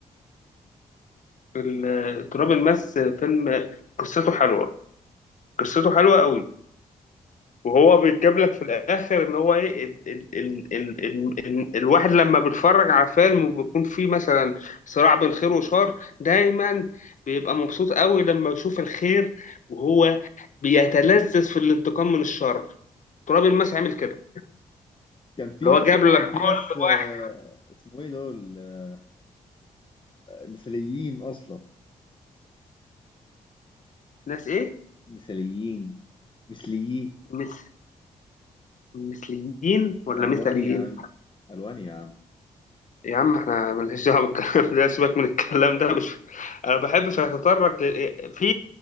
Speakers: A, on the left; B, on the left.
A: ال- تراب الماس فيلم قصته حلوة قصته حلوة قوي وهو بيتجاب لك في الاخر ان هو ايه ال ال ال ال ال ال الواحد لما بيتفرج على فيلم وبيكون فيه مثلا صراع بين خير وشر دايما بيبقى مبسوط قوي لما يشوف الخير وهو بيتلذذ في الانتقام من الشر تراب الماس عامل كده
B: كان في
A: اللي
B: مثلا
A: هو جاب
B: كان
A: لك كل
B: في ناس آه،
A: واحد
B: اسمه ايه دول آه، مثاليين اصلا
A: ناس ايه
B: مثاليين مثليين
A: مس مثليين ولا
B: الوان
A: مثليين
B: يا عم الوان يا عم
A: يا عم احنا مالناش دعوه بالكلام ده سيبك من الكلام ده مش انا بحبش اتطرق لل- في